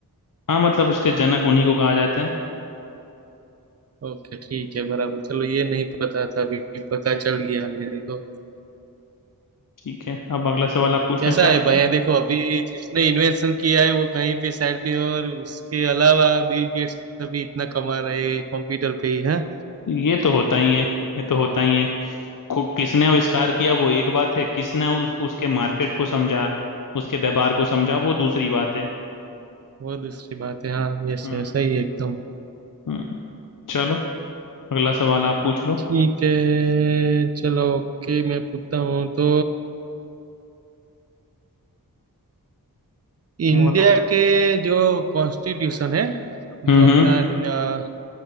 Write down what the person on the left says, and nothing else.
हाँ मतलब उसके जनक उन्हीं को कहा जाता है
ठीक है अब अगला सवाल आप पूछना
चाहोगे
ये तो होता ही है ये तो होता ही है को, किसने आविष्कार किया वो एक बात है किसने उस, उसके मार्केट को समझा उसके व्यापार को समझा वो दूसरी बात है
हम्म
हम्म। चलो अगला सवाल आप पूछ लो
बोलो
हम्म
हम्म